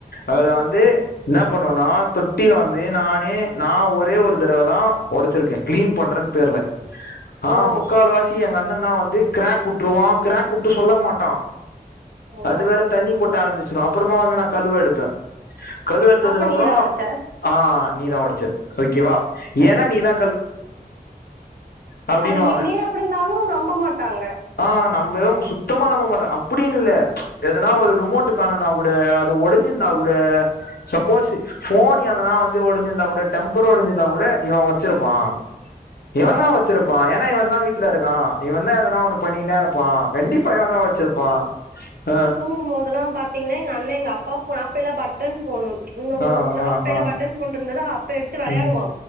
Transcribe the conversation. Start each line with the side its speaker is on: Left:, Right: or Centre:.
Left: அதுல
Right: ஓகே
Left: வந்து என்ன பண்ணுவோனா தொட்டிய வந்து நானே நா ஒரே ஒரு தடவை தா ஒடச் சிருக்கே கிளீன் பண்றன் பேர்ல ஆ
Right: ஓ
Left: முக்கால்வாசி எங்க அண்ணேன் தா வந்து கிராக் வுட்ருவா கிராக் வுட்டு சொல்ல மாட்டா
Right: ஓ
Left: அது வேற தண்ணி கொட்ட ஆரம்பிச்சிரு அப்றமா வந்து நா கழுவ எடுப்பே கழுவ எடுத்ததுக்கு
Right: அப்ப
Left: அப்புறோ
Right: நீதா ஒடச்ச
Left: ஆ நீதா ஒடச்சே ஓகேவா ஏனா நீ தா அப்டின்னுவாங்க
Right: அது மின்னேய அப்டி இருந்தாலு நம்ப மாட்டாங்க
Left: ஆ நம்பே சுத்தமா நம்ப மாட்டோ அப்டின்னு இல்ல எதனா ஒரு ரிமோட்டு் ரிமோட் காணோனா கூட அது ஒடைஞ்சிருந்தா கூட சப்போஸூ போன் எதனா வந் து ஒடஞ்சிருந்தா கூட டெம்பர் ஒடஞ்சிருந்தா கூட இவ ஒட்ச்சிருப்பா இவன்
Right: ஆ
Left: தா ஒட்ச்சி ருப்பான் ஏனா இவன் தா வீட்ல இருக்கா இவன் தா எதனா ஒன்னு பண்ணினே இருப்பா கண்டிப்பா இவன் தா ஒட்ச்சிருப்பா ஆ
Right: தூங்கும்போதெல்லா பாத் பத்தீங்ன்னா எங்க அண்ணே எங்க அப்பா போனு அப்பயெல்லா பட்டன் போனு இன்னு
Left: ஆ
Right: கொஞ்சோ
Left: ஆ
Right: அப்ப
Left: ஆ
Right: எல்லா பட்டன் போன் இருந்ததா அப்ப எடுத்து வெளயாடுவா
Left: ம்